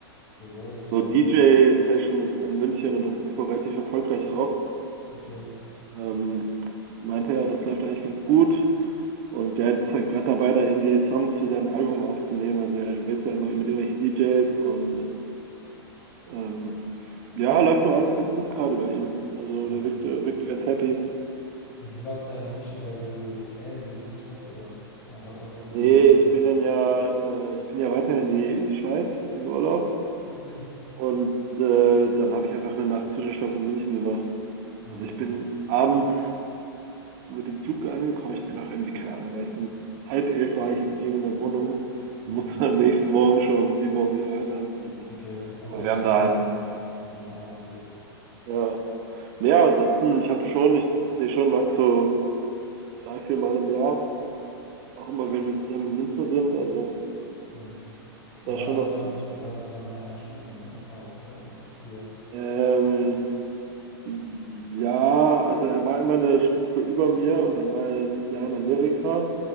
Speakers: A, on the left; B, on the right.
A: So Raves,
B: so
A: ne?
B: DJ-Sessions in München und das ist wohl relativ erfolgreich auch.
A: Okay,
B: Ähm, meinte er, das läuft eigentlich ganz gut. Und der ist halt gerade dabei, da irgendwie Songs für sein Album aufzunehmen. Also er redet da immer mit irgendwelchen DJs und ähm, ja, läuft wohl alles ganz gut gerade bei ihm. Also
A: nice.
B: der wirkte, wirkte ganz happy.
A: Und du warst da in München, weil du Ellen besucht hast, oder? Einfach, warst du einfach
B: Nee,
A: so in München?
B: ich bin dann ja, äh, ich bin ja weiter in die, in die Schweiz in Urlaub
A: Hm.
B: und äh, dann habe ich einfach eine Nacht Zwischenstopp in München gemacht.
A: Ah,
B: Also
A: nice.
B: ich bin abends mit dem Zug angekommen. Ich bin auch irgendwie, keine Ahnung, erst um halb elf war ich erst eben in der Wohnung
A: Hm.
B: und musste dann am nächsten Morgen schon um sieben Uhr wieder weiter. Also,
A: Okay, also ihr hattet
B: wir haben
A: eigentlich
B: da halt.
A: nur den Abend so.
B: ja. Naja, ansonsten, ich habe schon, ich sehe schon Max so drei, vier Mal im Jahr. Auch immer, wenn wir zusammen in Münster sind. Also,
A: Ah, nice. Ihr
B: da
A: wart
B: schon
A: zusammen,
B: noch ziemlich.
A: ihr wart zusammen in einer Stufe, ne? Auch, oder? In, früher.
B: Ähm, ja, also er war immer eine Stufe über mir und dann war er mit Jahr in Amerika